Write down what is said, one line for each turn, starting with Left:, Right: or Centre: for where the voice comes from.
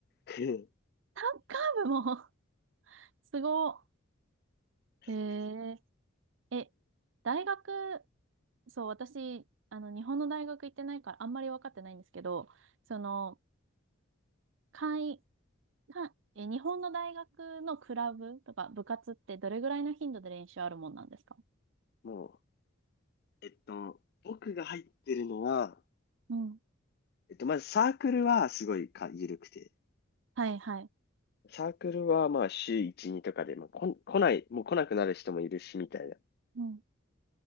Left: <laughs>
Right: サッカー部も <laughs>、すごいへええ、大学、そう、私、あの、日本の大学行ってないから、あんまり分かってないんですけど、その、会、かえ、日本の大学のクラブとか部活ってどれぐらいの頻度で練習あるもんなんですか
Left: もう、えっと、僕が入ってるのは、
Right: うん。
Left: えっと、まずサークルはすごいか緩くて、
Right: はい、はい。
Left: サークルはまあ週1、2とかで、まあ、こん、来ない、もう来なくなる人もいるし、みたいな。
Right: うん。